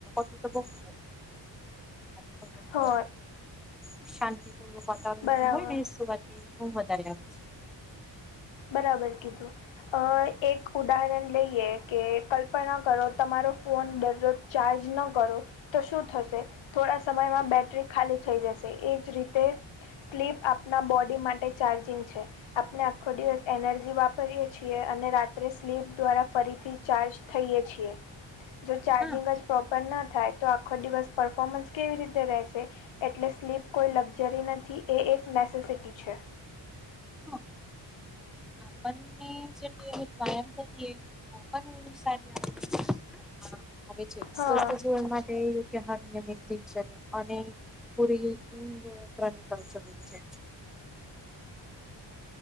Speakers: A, in the centre; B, on the left.
A: ફી તો બ ભ ભજન કા
B: હ
A: ઉ શાંતિ <unintelligible> વાતાવરણ
B: બરાબર
A: હોય ને, સુવા થી ઊંધ વધારે આવે. છે.
B: બરાબર કીધું, અ એક ઉદાહરણ લઈએ કે. કરો, તમારો ફોન દરરોજ ચાર્જ ન કરો તો શું થશે? થોડા સમયમાં બેટરી ખાલી થઈ જશે, એજ રીતે. સ્લીપ આપના બોડી માટે ચાર્જિંગ છે આપણે થોડી વાર એનર્જી વાપરીએ છીએ અને રાત્રે સ્લીપ દ્વારા ફરીથી ચાર્જ થઈએ છીએ. જો ચાર્જિંગ
A: હા
B: જ પ્રોપર ના થાય, તો આખો દિવસ પરફોમન્સ કેવી રીતે રહેશે? એટલે સ્લીપ કોઈ લક્ઝરી નથી એ એક નેસેસિટી છે.
A: હા પણ <unintelligible> પાલન કરીયે ખુબજ સારી આદત છે આવે છે
B: હા
A: સ્વસ્થ જીવન માટે નિયમિત દિનચર્યા અને પુરી ઉંગ <unintelligible> કાવચ છે
B: <inaudible>